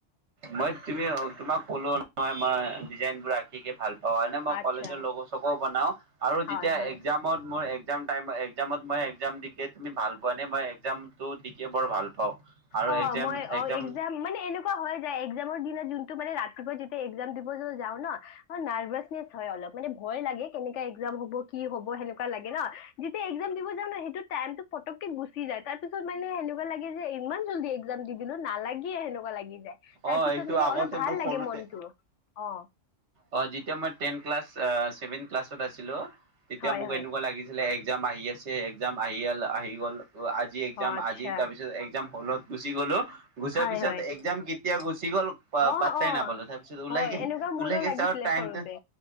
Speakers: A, on the right; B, on the left.
A: মই তুমি, তোমাক ক'লো নহয় মই ডিজাইনবোৰ আঁকিকে ভাল পা অ এনে মই
B: আচ্ছা,
A: কলেজৰ লগ চগ বনাও আৰু
B: হয়
A: যেতিয়া
B: হয়।
A: এক্সজামত মোৰ এক- এক্সামত টাইমত এক্সামত মই এক্সাম দিকে তুমি ভাল পোৱা নে? মই এক্সামটো দিকে বৰ ভাল পাওঁ। আৰু
B: অ
A: এক্জাম
B: মই
A: এক্জাম
B: অ এক্সজাম মানে এনেকা কোৱা হয় যায় এক্সজামৰ দিনা যোনটো মানে ৰাতিপুৱা যেতিয়া এক্সজাম দিব যাও ন নাৰ্ভাচনেচ হয় অলপ মানে ভয় লাগে কেনেকা এক্সজাম হ'ব কি হ'ব সেনেকুৱা লাগে ন যেতিয়া এক্সজাম দিব যা ন সেইটো টাইমত পতককে গুচি যায় তাৰ পিছত মানে সেনেকুৱা লাগে যে ইমান জল্দি এক্সজাম দি দিলো নালাগি সেনেকুৱা লাগি যায় তাৰপিছত
A: অ এইটো
B: মানে
A: আগতে
B: অলপ ভাল
A: মোৰ সৰুতে
B: লাগে মনটো অ
A: অ যেতিয়া মই টেন ক্লাছ ছেভেন ক্লাছত আছিলো তেতিয়া
B: হয়
A: মোক
B: হয়
A: এনেকুৱা লাগিছিলে এক্সজাম আহি আছে এক্সজাম আহি অল আহি গ'ল আজি এক্সজাম
B: অ' আচ্ছা
A: আজি তাৰপিছত এক্সজাম হ'লো গুচি গলো গুচাৰ
B: হয়
A: পিছত
B: হয়
A: এক্সজাম কেতিয়া গুচি গ'ল
B: অ'
A: পাত্তাই
B: অ'
A: নাপালো তাৰ পিছত ওলাইগে
B: হয় এনেকুৱা মোৰো
A: ওলাইগিছে
B: লাগিছিলে
A: আৰু টাইমটো
B: সৰুতে